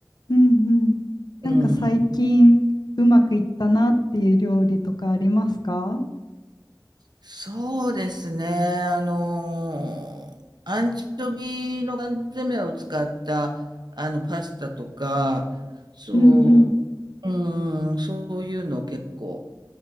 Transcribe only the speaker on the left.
うんうん。なんか最近うまくいったなっていう料理とかありますか
うんうん